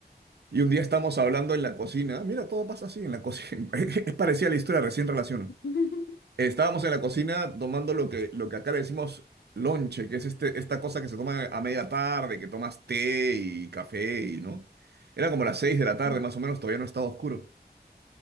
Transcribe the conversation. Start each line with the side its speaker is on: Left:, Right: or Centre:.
Right: Y un día estamos hablando en la cocina. Mira, todo pasa así en la cocina. <laughs> Es parecida a la historia, recién relaciono.
Left: <laughs> ujú,
Right: Estábamos en la cocina tomando lo que, lo que acá le decimos lonche, que es este, esta cosa que se toma a media tarde, que tomas té y café y, ¿no? Era como las seis de la tarde,
Left: ujú,
Right: más o menos, todavía no estaba oscuro.